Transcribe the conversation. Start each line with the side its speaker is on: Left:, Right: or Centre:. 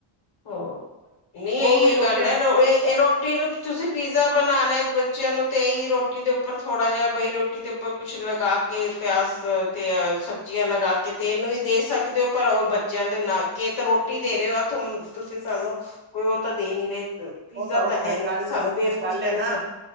Left: ਹੋ ਨਹੀਂ ਇਹ
Right: ਉਹ ਹੁਣ
Left: ਇਹ
Right: ਸ਼ੋਸ਼ੇ
Left: ਗੱਲ ਹੈ ਇਹ ਇਹ ਰੋਟੀ ਨੂੰ ਤੁਸੀਂ ਪੀਜ਼ਾ ਬਣਾਣਾ ਬੱਚਿਆਂ ਨੂੰ ਤੇ ਇਹੀ ਰੋਟੀ ਦੇ ਉੱਪਰ ਥੋੜਾ ਜਿਹਾ ਬਈ ਰੋਟੀ ਦੇ ਉ ਕੁਛ ਲਗਾ ਕੇ ਪਿਆਸ ਤੇ ਸਬਜ਼ੀਆਂ ਲਗਾ ਕੇ ਤੇ ਇਹਨੂੰ ਵੀ ਦੇ ਸਕਦੇ ਹੋ। ਪਰ ਉਹ ਬੱਚਿਆਂ ਦੇ ਨਾਲ ਕੇਤ ਰੋਟੀ ਦੇ ਰਹੇ ਹੋ ਆ ਤੁਸੀਂ ਸਾਨੂੰ। ਕੋਈ ਉਹ ਤਾਂ ਦੇ ਨੀ ਰਹੇ ਪੀਜ਼ਾ
Right: ਉਹ ਉਹ
Left: ਤਾਂ ਹੈ
Right: ਗ-
Left: ਨੀ
Right: ਗੱਲ
Left: ਸਾਨੂੰ ਬੇਫਕੁਸ
Right: ਗੱਲ
Left: ਤਾਂ
Right: ਹੈ
Left: ਨੀ
Right: ਨਾ
Left: ਸੁ